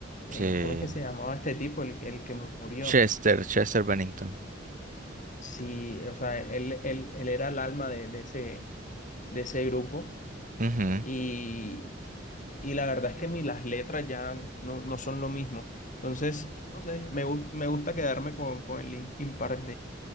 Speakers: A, on the left (about 45°); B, on the right (about 45°).
A: eh,
B: Sí.
A: ¿cómo es que se llamaba este tipo, el, el que murió?
B: Chester, Chester Bennington.
A: Sí, o sea, él, él, él era el alma de, de ese, de ese grupo
B: Ujú,
A: y, y la verdad es que ni las letras ya no, no son lo mismo. Entonces, no sé, me, gus- me gusta quedarme con, con el Linkin Park